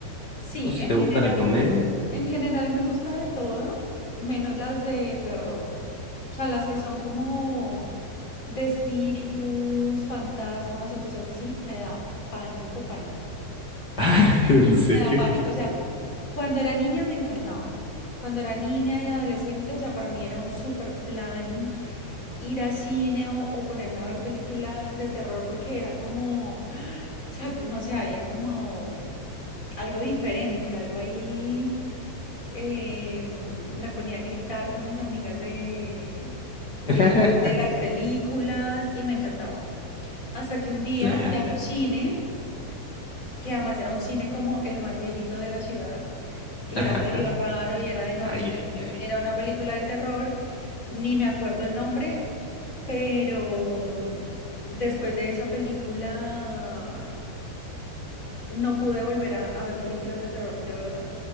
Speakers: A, on the left; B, on the left.
A: Sí,
B: ¿No? Si
A: en
B: te
A: general,
B: gusta la comedia.
A: en general me gusta de todo, menos las de terror. O sea, las que son como de espíritus, fantasmas o cosas así, me da pánico, pánico.
B: <laughs> Ay, ¿En serio?
A: Me da pánico. O sea, cuando era niña me encantaban. Cuando era niña y adolescente, o sea, para mí era un super plan ir a cine o, o ponerme a ver películas de terror porque era como, <gasps> o sea, no sé, había como algo diferente, algo ahí. eh, me ponía a gritar con mis amigas de, eh,
B: <laughs>
A: de las películas y me encantaba. Hasta que un día
B: Claro.
A: fui a un cine, que además era un cine como el más viejito de la ciudad, y
B: Ajá.
A: era medio raro y era de noche.
B: Ay, ay, ay.
A: Era una película de terror, ni me acuerdo el nombre, pero mm, después de esa película no pude volver a, a ver películas de terror, de verdad.